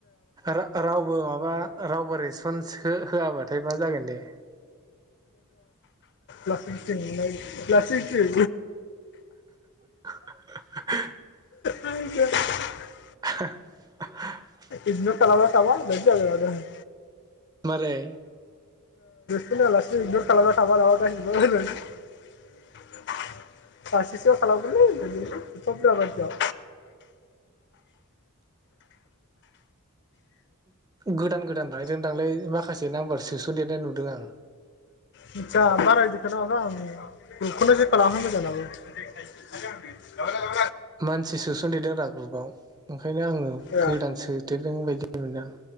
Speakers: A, on the right; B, on the left.
A: रा रावबो माबा रावबो रेज रेसपन्स होआबाथाय मा जागोन दे।
B: लासिं सिं लै लासिं सिं।
A: <unintelligible>
B: <unintelligible>
A: <unintelligible>
B: इगनर खालामना थाबा होननायानो जाबाय माथो।
A: मारै?
B: आलासि <unintelligible> बासिसो खालामगोनलै होननानै एफा बुर्जा मानसियाव।
A: गोदान गोदान भाइब जों थांलै माखासे नाम्बार सोस'देरनाय नुदों आं।
B: मिथिया बारायदिखौ <unintelligible> आं ग्रुपखौनो खालामहो <unintelligible>
A: मानसि सोसनदेदों दा ग्रुबाव। ओंखायनो आङो
B: ए
A: गोदान सोदेरदों बायदि मोनदां।